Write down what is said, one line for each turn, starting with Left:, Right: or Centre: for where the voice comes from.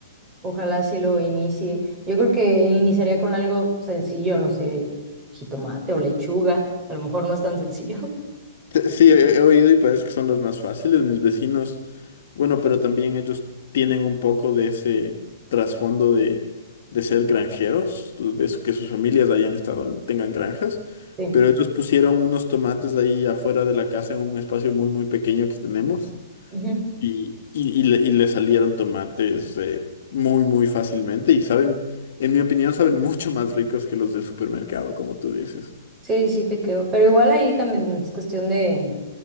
Right: ojalá sí lo inicie. Yo creo que iniciaría con algo sencillo, no sé, jitomate o lechuga, a lo mejor no es tan sencillo. <laughs>
Left: Te- Sí, he, he oído y parece que son los más fáciles, mis vecinos. Bueno, pero también ellos tienen un poco de ese trasfondo de, de ser granjeros, de su- que sus familias hayan estado, tengan granjas.
Right: Sí.
Left: Pero ellos pusieron unos tomates ahí afuera de la casa en un espacio muy, muy pequeño que tenemos.
Right: Ujú.
Left: Y, y, y le, y le salieron tomates eh, muy, muy fácilmente. Y saben, en mi opinión, saben <laughs> mucho más ricos que los del supermercado, como tú dices.
Right: Sí, sí te creo, pero igual ahí también es cuestión de